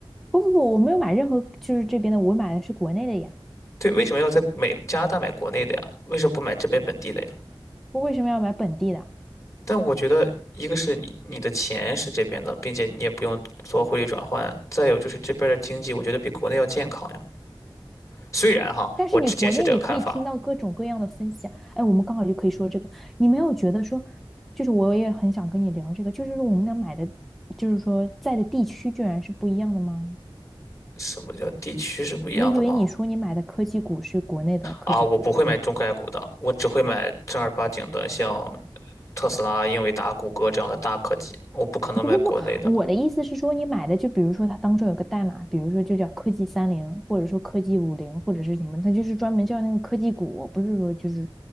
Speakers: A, in the centre; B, on the left.
A: 不不不，我没有买任何就是这边的，我买的是国内的呀。
B: 对，为什么要在美加拿大买国内的呀？为什么不买这边本地的呀？
A: 我为什么要买本地的？
B: 但我觉得，一个是你你的钱是这边的，并且你也不用做汇率转换，再有就是这边的经济，我觉得比国内要健康呀。虽然哈，
A: 但是你国内你可以听到各种各样的分析啊哎，
B: 我之前是这个看法，
A: 我们刚好就可以说这个。你没有觉得说，就是我也很想跟你聊这个，就是说我们俩买的，就是说在的地区居然是不一样的吗？
B: 什么叫地区是不一样的吗？
A: 我以为你说你买的科技股是国内的科技股，
B: 啊，我不会买中概股的，我只会买正儿八经的，像特斯拉、英伟达、谷歌这样的大科技，我不可能买国内的。
A: 不不不，我的意思是说你买的，就比如说它当中有个代码，比如说就叫科技三零，或者说科技五零，或者是什么，它就是专门叫那个科技股，不是说就是